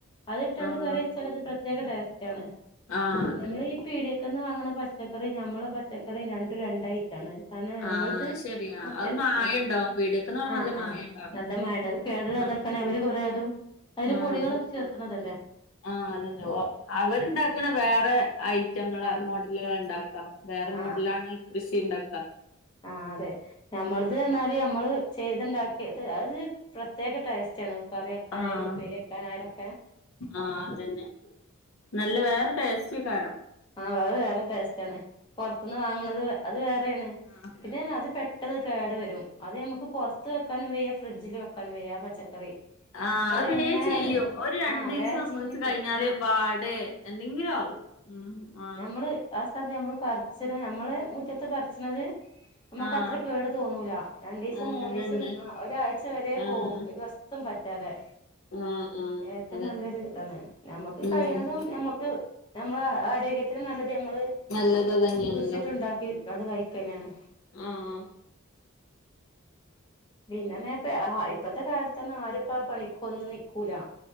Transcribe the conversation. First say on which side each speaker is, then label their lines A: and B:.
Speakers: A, on the left (about 20°); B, on the left (about 70°).
A: അത് ഇട്ടാണ്ട്കറിവെച്ചാ
B: ആഹ്
A: ചെലത് പ്രത്യേകടേസ്റ്റ്ണ്
B: ആഹ് അതന്നെ
A: നമ്മളഈപീടേക്കന്ന് വാങ്ങണ പച്ചക്കറി നമ്മളെ പച്ചക്കറി രണ്ടും രണ്ടായി ട്ടാണ് കാരണം നമ്മളത്
B: ആഹ് ശരിയാ
A: മുറ്റത്ത്
B: അത് മായണ്ടാവും
A: ആ
B: പീടിയക്ക്ന്ന് പറഞ്ഞ
A: ആഹ്
B: നല്ല
A: ആഹ്
B: മായണ്ടാവും
A: നല്ലമയുടെ
B: ഉം
A: കേട് വരാതൊക്കന്
B: ആഹ്
A: അവര് കെറെ അതും അയില്
B: ആഹ്
A: പൊടികളൊക്കെ ചേർക്ക്ണതല്ലേ
B: ആഹ് അതെന്നെ അവരുണ്ടാക്ക്ണെ വേറെ റ്റങ്ങളേ
A: ആ
B: മോഡലുകള് ഇണ്ടാക്കാ വേറെ മോഡലാണെ
A: ആ ആ
B: കൃഷി ഇണ്ടാക്ക
A: ആഹ് അതെ ഞമ്മൾത് പറ്ഞാല് ത് നമ്മള് ചെയ്ത്ണ്ടാക്കിയത് അത് പ്രത്യേകടേസ്റ്റ്ണ് കറിവെക്കാനായയാലും
B: ആഹ്
A: ഉപേരിയെക്കാനായാലോക്കെ
B: ആഹ് അതന്നെ നല്ല വേറെ ടേസ്റ്റെയ്ക്കാരം
A: ആഹ് അത് വേറെ ടേസ്റ്റ് ആണ് പുറത്തുന്ന് വാങ്ങണത് അത് വേറെയാണ്
B: ആഹ്
A: പിന്നെ അത് പെ ട്ടെന്ന് കേടു വരും അത് നമുക്ക് പുറത്ത് വെക്കാനും വയ്യാ ഫ്രിഡ്ജിൽ വെക്കാനും വയ്യ ആ പച്ചക്കറി
B: ആഹ്
A: അത്
B: അയ് വേ
A: എങ്ങനായാലും
B: ചീയ്യും ഒരു രണ്ടു
A: ആഹ്
B: ദിവസം
A: വേഗം ചീഞ്ഞു
B: മൂന്ന് ദിവസം
A: പോവും
B: കഴിഞ്ഞാല് വാടെ എന്തെങ്കിലും ആകും ഉം ആഹ്
A: നമ്മള് ആ സ്ഥലത്ത് നമ്മള് പറിച്ചണെ നമ്മള് മുറ്റത്ത് പറിച്ച്ണത് നമുക്ക്
B: ആഹ്
A: അത്ര കേട് തോന്നൂല രണ്ട് ദിവസം
B: ആഹ്
A: മൂന്നു
B: അതന്നെ
A: ദിവസം ഒരാഴ്ച വരെ
B: ആഹ്
A: പോവും ഒരു വസത്തും പ റ്റാതെ
B: ആഹ് ആഹ്
A: ഏറ്റവും
B: അതന്നെ
A: നല്ലൊരു ഇതാണ് നമ്മക്ക്
B: ഉം
A: കഴിയുന്നതും ഞമ്മക്ക് ആരോഗ്യത്തിന് നല്ലത് നമ്മള്
B: നല്ലത് അതന്നെയാണല്ലോ
A: കുഴിച്ചിട്ടുണ്ടാക്കി അത് കഴിക്കാനെയാണ്
B: ഉം
A: പിന്നെപെ ഇപ്പത്തെ കാലത്ത് തന്നെ ആരും ഇപ്പ ആ പണിക്കൊന്നും നിക്കൂല